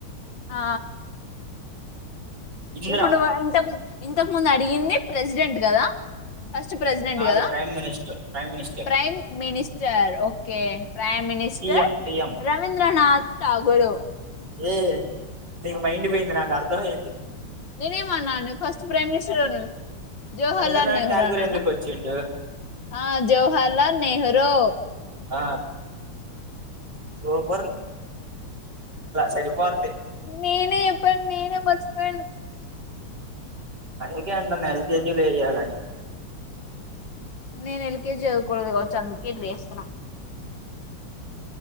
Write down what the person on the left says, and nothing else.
ఆ
ఇప్పుడు నువ్ ఇంత ఇంతకు ముందు అడిగింది ప్రెసిడెంట్ కదా ఫస్ట్ ప్రెసిడెంట్
కదా
prime minister okay prime minister
Rabindranath Tagore
నేనేమ అన్నాను ఫస్ట్ ప్రైమ్ మినిస్టర్ అన్ జహర్లాల్
నెహ్రు
అనానా
ఆ జహర్లాల్ నెహ్రు రో
నేనే చెప్పను మీరే మర్చిపోయిండ్రు
నేను ఎల్కేజీ చదకూడదు కావచ్చు అందుకే ఇట్ల ఏస్తున్న